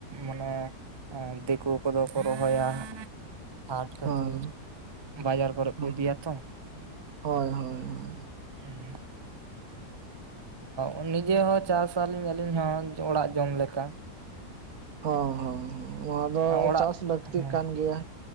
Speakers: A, on the right; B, on the right.
A: ᱢᱟᱱᱮ ᱮᱸ ᱫᱮᱠᱳ ᱠᱚᱫᱚ ᱠᱚ ᱨᱚᱦᱚᱭᱟ᱾ ᱦᱟᱴ ᱠᱷᱟᱹᱛᱤᱨ
B: ᱦᱮᱸ
A: ᱵᱟᱡᱟᱨ ᱠᱚᱨᱮ ᱠᱚ
B: ᱦᱮᱸ
A: ᱤᱫᱤᱭᱟ ᱛᱚ᱾
B: ᱦᱳᱭ ᱦᱳᱭ ᱦᱳᱭ
A: ᱦᱩᱸᱻ ᱚ ᱱᱤᱡᱮ ᱦᱚᱸ ᱪᱟᱥ ᱟᱹᱞᱤᱧ ᱟᱹᱞᱤᱧ ᱦᱚᱸ ᱚᱲᱟᱜ ᱡᱚᱢ ᱞᱮᱠᱟ᱾
B: ᱚ ᱦᱚᱸ ᱦᱚᱸ ᱱᱚᱣᱟ
A: ᱚᱲᱟᱜ
B: ᱫᱚ ᱪᱟᱥ ᱞᱟᱹᱠᱛᱤᱜ
A: ᱦᱮᱸ
B: ᱠᱟᱱ ᱜᱮᱭᱟ᱾